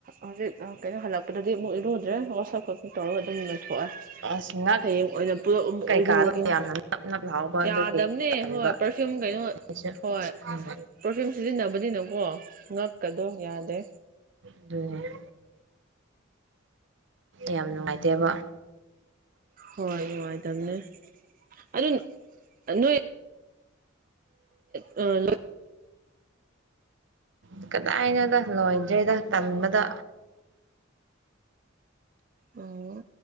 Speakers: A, on the right; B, on the right.
A: ꯍꯧꯖꯤꯛ ꯀꯩꯅꯣ ꯍꯜꯂꯛꯄꯗꯗꯤ ꯑꯃꯨꯛ ꯏꯔꯨꯗ꯭ꯔꯦ ꯋꯥꯠꯁꯞ ꯈꯛꯇꯪ ꯇꯧꯔꯒ ꯑꯗꯨꯝ ꯊꯣꯛꯑ
B: ꯑꯁ ꯉꯛ
A: ꯍꯌꯦꯡ ꯑꯣꯔꯛꯄꯒ ꯑꯃꯨꯛ
B: ꯀꯩꯀꯥꯗꯣ
A: ꯑꯣꯏꯔꯨꯔꯒꯦꯅꯦ
B: ꯌꯥꯝꯅ ꯅꯞ ꯅꯞ ꯂꯥꯎꯕ ꯑꯗꯨꯒꯤ
A: ꯌꯥꯗꯕꯅꯦ
B: ꯇꯟꯕ
A: ꯍꯣꯏ ꯄꯔꯐ꯭ꯌꯨꯝ ꯀꯩꯅꯣ
B: ꯑꯩꯁꯨ
A: ꯍꯣꯏ
B: ꯎꯝ
A: ꯄꯔꯐ꯭ꯌꯨꯝ ꯁꯤꯖꯤꯟꯅꯕꯅꯤꯅꯀꯣ ꯉꯛꯀꯗꯣ ꯌꯥꯗꯦ
B: ꯑꯗꯨꯅ‌ꯦ ꯌꯥꯝ ꯅꯨꯡꯉꯥꯏꯇꯦꯕ
A: ꯍꯣꯏ ꯅꯨꯡꯉꯥꯏꯇꯝꯅꯦ ꯑꯗꯨꯗꯣ ꯅꯣꯏ ꯑ ꯂꯣꯏ
B: ꯎ <inaudible> ꯀꯗꯥꯅ‌ꯣꯗ ꯂꯣꯏꯗ꯭ꯔꯔꯤꯗ ꯇꯟꯕꯗ
A: ꯎꯡ